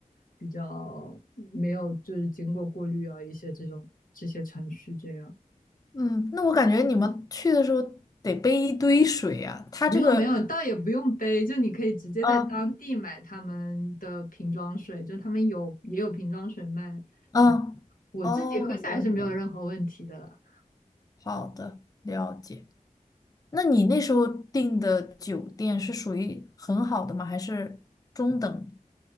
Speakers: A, on the left; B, on the left.
A: 比较没有就是经过过滤啊一些这种这些程序这样。
B: 嗯，那我感觉你们去的时候得背一堆水呀、他这个，
A: 没有没有，倒也不用杯，就你可以直接在当地买他们的瓶装水，
B: 嗯
A: 就他们有也有瓶装水卖。
B: 嗯，
A: 然后我自己喝下来是没有任何问题的了。
B: 哦，我了解了好的，了解。那你那时候订的酒店是属于很好的吗？还是中等？